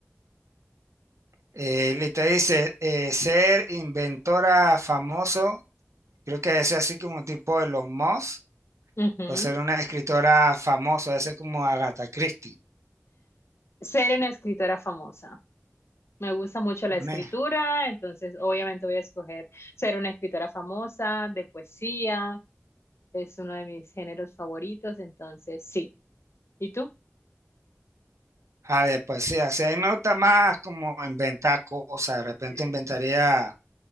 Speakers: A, on the right; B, on the left.
A: Eh, listo, dice, eh, ser inventora famoso Creo que debe ser así como tipo Elon Musk,
B: Ujú.
A: o ser una escritora famosa, debe ser como Agatha Christie,
B: Ser una escritora famosa. Me gusta mucho la escritura,
A: una
B: entonces obviamente voy a escoger ser una escritora famosa de poesía, es uno de mis géneros favoritos, entonces sí. ¿Y tú?
A: ah, de poesía. Sí, a mí me gusta más como inventar cosas, de repente
B: Sí.
A: inventaría